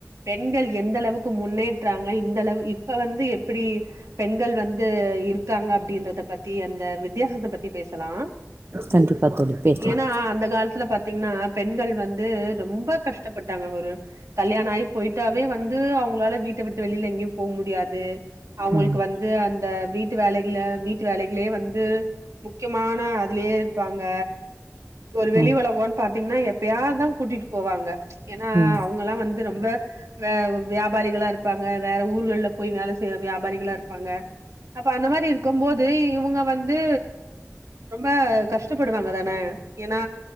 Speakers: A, on the right (about 75°); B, on the right (about 50°).
A: பெண்கள் எந்த அளவு குமுன்னே இத்தாங்க இந்தளவு இப்ப வந்து எப்படி பெண்கள் வந்து இருக்காங்க அப்டின்றத பத்தி யன் த வித்யாசத்த பத்தி பேசலாம்
B: கண்டிப்பா தோழி பேசலா
A: ஏன்னா அந்த காலத்துல பாத்தீங்ன்னா பெண்கள் வந்து ரொம்ப கஷ்டப்பட்டாங்க ஒரு கல்யாணம் ஆயி போய்ட்டாவே வந்து அவங்களால வீட்டு ட்டு வெளில எங்கயும் போக முடியாது அவுங்களுக்கு
B: ம்
A: வந்து அந்த வீட்டு வேலைகள வீட்டு வேலைகளே வந்து முக்கியமான அதுலயே இருப்பாங்க ஒரு வெளி
B: ம்
A: ஒலகம்ன்னு பாத்தீங்கன்னா எப்பயாது தான் கூ கூட்டிட்டு போவாங்க ஏன்னா
B: ம்
A: அவங்கல்லாம் வந்து ரொம் ம்ப வ வியாபாரிகளா இருப்பாங்க வேற ஊர்கள்ல போய் வேல செய்ற வியாபாரிகளா இருப் பாங்க அப்ப அந்த மாரி இருக்கும்போது இவுங்க வந்து ரொம்ப கஷ்ட போடுவாங்க தான ஏன்னா